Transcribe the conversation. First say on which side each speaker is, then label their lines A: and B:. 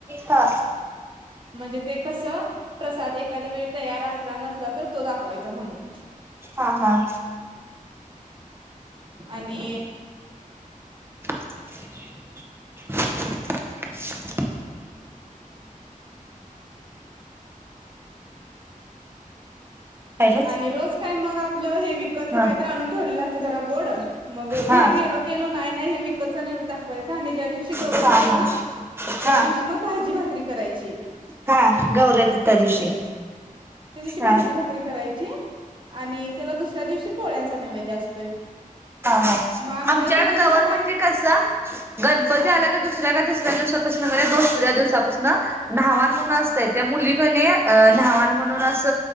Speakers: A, on the right (about 15°); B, on the right (about 35°).
A: हा
B: म्हणजे ते कसं प्रसाद एखाद वेळी तयार असला नस सला तर तो दाखवायचा म्हणून
A: हा हा
B: आणि
A: <unintelligible>
B: <unintelligible>
A: हॅलो
B: आणि रोज काय मग आपलं हे विकतचं
A: हा
B: कायतर आणून ठेवलेलं असते जरा गोड मग घरी
A: हा
B: केलो केलो नाइ नाइ हे विकतचा नैवेद्य दाखवायचा आणि ज्या दिव शी गवर
A: हा
B: येत्यात ना त्या
A: हा
B: दिवशी म भाजी भाकरी करायची.
A: हा गवर येत्यात त्या दिवशी.
B: ची
A: हा
B: भाजी भाकरी करायची आणि त्याला दुसऱ्या दिवशी पोळ्यांचा नैवेद्य असतोय.
A: हा हा
B: मग आमच्या
A: आमच्याकडे
B: इथं गलीत
A: गवर
B: आहे
A: म्हणजे कसं गणपती
B: हा
A: आल्या का दुसऱ्या का तिस ऱ्या दिवसापसन <unintelligible> दुसऱ्या दिवसापसन नाहवान म्हणून
B: हा
A: असतय त्या मुली कनी नाहवाण म्हणून अस